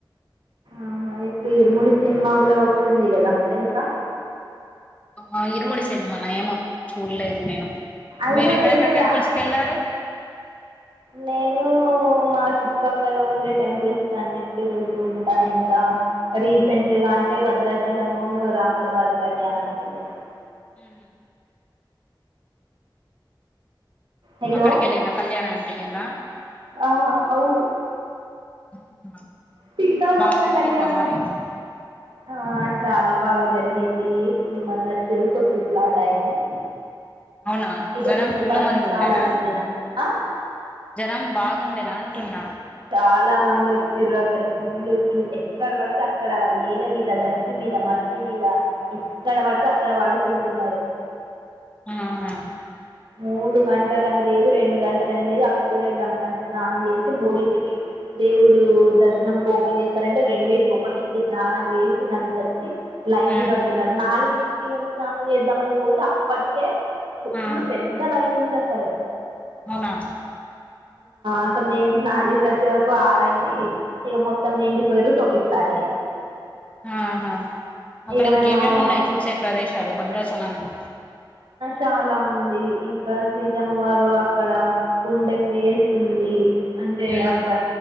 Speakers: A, on the right; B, on the left.
A: ఆహా ఇప్పుడు ఇరుముడి సినిమా గుడ వస్తుంది కదా తెలుసా
B: ఆ ఇరు మడి సేనుమా నా ఏమ చూడలేదు నేను
A: అయ్యో
B: మీరు ఎక్కడెక్కడ
A: తెలియదా
B: టెంపుల్స్ క వెళ్లారు
A: నేను మా చుట్టుపక్కల ఉండే టెంపుల్స్ అన్నిటికి వెళ్తూ ఉంటాయి ఇంకా రీసెంట్ గా అంట అంటే భద్రాచలము రాములవారి కళ్యాణం చెలిిన
B: ఉహు
A: హలో
B: అక్కడికి ఎళ్ళిండ్ర కళ్యాణనానికి ఎళ్ళిండ్ర
A: ఆ, అవును
B: <inaudible>
A: సీతారాముల
B: బాగా జరిగిందా
A: కళ్యాణం
B: మరి
A: ఆ చాలా బాగా జరిగింది ఫుల్లు మందచ్చిర్రు తొక్కిసులాట అయింది
B: అవునా
A: ఇగ
B: జనం
A: మేముఊ
B: ఫుల్లు
A: పర్ణ
B: మంది
A: శాల
B: ఉండేనా
A: వ్యదనా ఆ
B: జనం బాగుండేనా అంటున్నా
A: చాలా మంది వచ్చి్ర అసలు ఫుల్ కింద ఎక్కడ పడితే అక్కడ నేల మీద గచ్చు మీద మట్ పత్తి మీద ఎక్కడ పడితే అక్కడ వాడుకుంటున్నారు
B: ఆహా
A: మూడు గంటలుని లేదు రెండు గంటలని లేదు అప్పుడే స్నానం చేసి మూడింటికి దేవుడు దర్శనం ఓపెన్ చేస్తారంటే రెండింటికి ఒకటి ఇచ్చి స్నానం చేసి నడిసచ్చి లైన్లు
B: ఉమ్
A: కడుతున్నారు నాలుగింటికి సానం చేద్దాంమని పోతే అప్పటికే కొన్ని
B: ఆ
A: న్ ఉందిసలు
B: అవునా
A: అసలు మేము నాజద్ద వరకు ఆరైంది ఇక మొత్తం నిండిపోయారు సోకి ఇట్లాట్ అయింది
B: ఆహా అక్కడ
A: ఇక
B: ఇంకేమేమి
A: మేము
B: ఉన్నాయి చూసే ప్రదేశాలు భద్రాచలంలో
A: చాలా ఉ ఇంకా సితమ్మ వారు అక్కడ ఉండే ప్లేస్ ఉంది అంటే
B: ఉమ్
A: అక్కడ